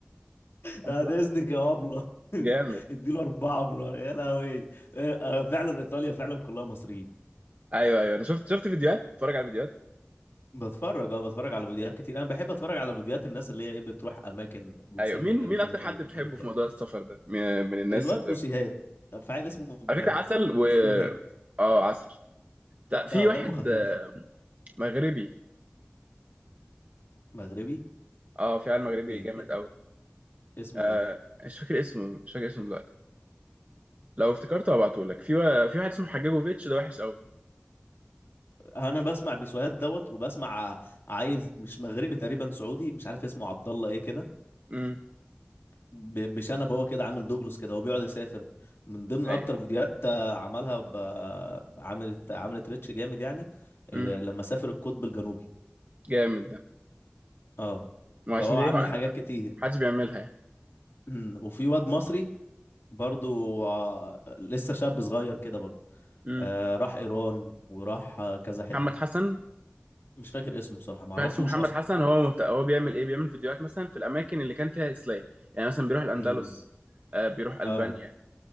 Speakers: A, on the right (about 40°); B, on the left (about 80°).
A: أبلة.
B: بعد إذنك يا أبلة <laughs>
A: جامد
B: اديله أربعة من ورا يا لهوي آه، آه، فعلا إيطاليا فعلا كلها مصريين
A: ايوه ايوه انا شفت شفت فيديوهات اتفرج على فيديوهات
B: بتفرج اه بتفرج على فيديوهات كتير انا بحب اتفرج على فيديوهات الناس اللي هي ايه بتروح اماكن وتسافر
A: ايوه مين
B: وكده
A: مين
B: وتعمل
A: اكتر
B: فلوج
A: حد بتحبه
B: فلوجات
A: في موضوع السفر ده م- من الناس
B: الواد
A: اللي
B: بوسيهات طب في عيل اسمه ب-
A: على فكره عسل
B: بيسوهات
A: و اه عسل لا، في
B: اه
A: واحد
B: دمه خفيف
A: آه، مغربي
B: مغربي
A: اه فعلا مغربي
B: مي
A: جامد قوي
B: اسمه
A: آه
B: ايه
A: مش فاكر اسمه مش فاكر اسمه دلوقتي لو افتكرته هبعته لك في وا- في واحد اسمه حجاجوفيتش ده وحش قوي
B: انا بسمع بيسوهات دوت وبسمع عيل مش مغربي تقريبا سعودي مش عارف اسمه عبد الله ايه كده
A: امم
B: ب- بشنب هو كده عامل دوجلوس كده هو بيقعد يسافر من ضمن
A: ايوه
B: اكتر فيديوهات آه، عملها ب... عملت عملت ريتش جامد يعني
A: امم
B: آه، لما سافر القطب الجنوبي
A: جامد ده
B: اه
A: ما عشان
B: فهو
A: دي
B: عامل
A: ما
B: حاجات كتير
A: حدش بيعملها يعني
B: <clears throat> أمم، وفي واد مصري برضو آه، لسه شاب صغير كده برضو
A: امم
B: آه، راح ايران وراح آه، كذا حتة
A: محمد حسن
B: مش فاكر اسمه بصراحة معرفوش
A: كارلوس محمد
B: اصلا
A: حسن هو مهت... هو بيعمل ايه بيعمل فيديوهات مثلا في الاماكن اللي كان فيها اسلام يعني مثلا بيروح الاندلس
B: <clears throat> أمم،
A: آه بيروح البانيا
B: اه